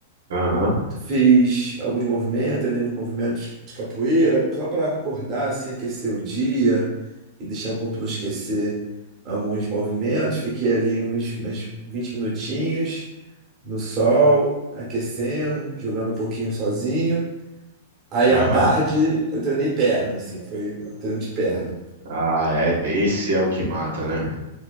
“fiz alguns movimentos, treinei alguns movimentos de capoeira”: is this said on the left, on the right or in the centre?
Right